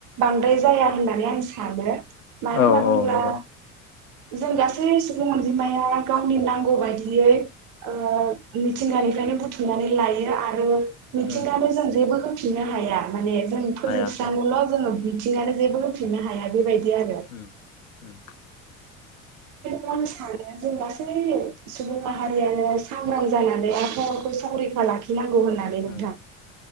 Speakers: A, on the right; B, on the left.
A: बांद्राय जाया होननानै आं सानो मानो
B: औ
A: होनना
B: औ
A: बुङोब्ला
B: नंगौ।
A: जों गासै गासै सुबुं अनजिमाया गावनि नांगौ बायदियै ओ मिथिंगानिफ्रायनो बुथुमनानै लायो आरो मिथिंगानो
B: उम
A: जों जेबो फिननो हाया माने जों फोजोबस्रांङोल'
B: हाया हाया
A: जोङो मिथिंगानो जेबो होफिननो हाया बेबायदि आरो
B: उम उम।
A: <inaudible> गासै सुबुं माहारियानो सांग्रां जानानै आबहावाखौ संरैखा लाखिनांगौ। होननानै
B: उम
A: नोंथां।